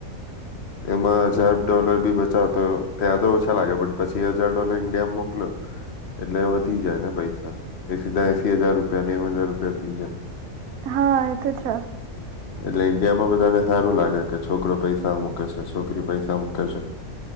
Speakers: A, on the left; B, on the right.
A: એમાં હજાર ડોલર બી બચાવ તો ત્યાં તો ઓછા લાગે પણટ પછી હજાર ડોલર ઈન્ડિયામાં મોકલો એટલે થઈ જાય ને પૈસા એ સીધા એસી હજાર રૂપિયા નેવ હજાર રૂપિયા થઈ જાય.
B: હા એ તો છે.
A: એટલે ઈન્ડિયામાં બધાને સારું લાગે કે છોકરો પૈસા મૂકે છે. છોકરી પૈસા મકે છે